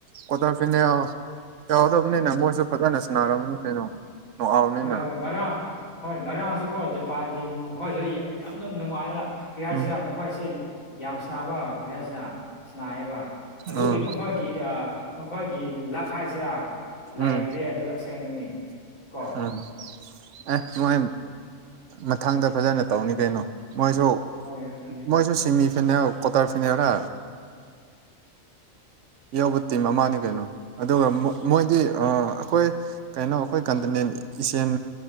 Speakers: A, on the right (about 70°); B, on the left (about 85°).
A: ꯀꯣꯇꯔ ꯐꯤꯅꯦ ꯌꯥꯎꯗꯕꯅꯤꯅꯦ ꯃꯣꯏꯁꯨ ꯐꯖꯅ ꯁꯅꯔꯝꯕꯅꯤ ꯀꯩꯅꯣ ꯅꯣꯛꯑꯥꯎꯠꯅꯤꯅ
B: ꯍꯣꯏ ꯍꯣꯏ ꯉꯔꯥꯡ ꯍꯣꯏ ꯉꯔꯥꯡꯁꯨꯀꯣ ꯖꯄꯥꯟꯒꯤ ꯃꯈꯣꯏꯁꯨ ꯌꯥꯝꯅ ꯅꯨꯡꯉꯥꯏꯅ ꯀ꯭ꯔꯤꯍꯔꯁꯤꯗ
A: ꯎꯝ
B: ꯃꯈꯣꯏꯁꯦ ꯌꯥꯝ ꯁ ꯅꯥꯕ ꯀ꯭ꯔꯤꯍꯁꯤꯅ ꯁꯤꯅꯥꯏꯌꯦꯕ ꯑꯗꯨꯒꯤ
A: ꯎꯝ
B: ꯃꯈꯣꯏꯒꯤ ꯃꯈꯣꯏꯒꯤ ꯂꯛ ꯍꯥꯏꯁꯤꯦ ꯂꯩꯇ꯭ꯔꯦ
A: ꯎꯝ
B: ꯑꯗꯨꯒ ꯑꯁꯦꯡꯕꯅꯤ ꯀꯣ
A: ꯎꯝ ꯑꯦ ꯃꯣꯏ ꯃꯊꯪꯗ ꯐꯖꯅ ꯇꯧꯅꯤ ꯀꯩꯅꯣ ꯃꯁꯨ
B: ꯍꯣꯏ ꯑꯗꯨꯅꯤ
A: ꯃꯁꯨ ꯁꯤꯃꯤ ꯐꯤꯅ ꯀꯣꯇꯔ ꯐꯤꯅꯔ ꯌꯥꯎꯕ ꯇꯤꯝ ꯑꯃꯅꯤꯅꯦ ꯀꯩꯅꯣ ꯑꯗꯨꯒ ꯃꯣꯏ ꯗꯤ ꯑꯩꯈꯣꯏ ꯀꯩꯅꯣ ꯑꯩꯈꯣꯏ ꯀꯟꯇꯅꯦꯟ ꯏꯆꯦꯜ